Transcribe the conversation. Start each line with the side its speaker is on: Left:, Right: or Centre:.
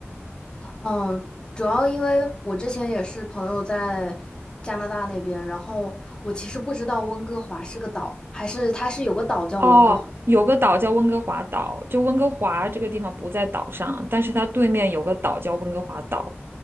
Left: 嗯，主要因为我之前也是朋友在加拿大那边，然后我其实不知道温哥华是个岛，还是它是有个岛叫温哥华。
Right: 哦，有个岛叫温哥华岛，就温哥华这个地方不在岛上，但是它对面有个岛叫温哥华岛，